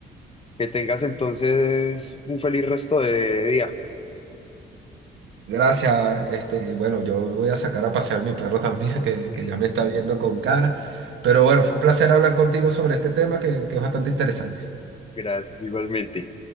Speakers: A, on the left; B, on the right.
A: Que tengas entonces un feliz resto de día.
B: Gracias, este, bueno, yo voy a sacar a pasear mi perro también, que,
A: <laughs>
B: que ya me está viendo con cara. Pero bueno, fue un placer hablar contigo sobre este tema que, que es bastante interesante.
A: Gracias, igualmente.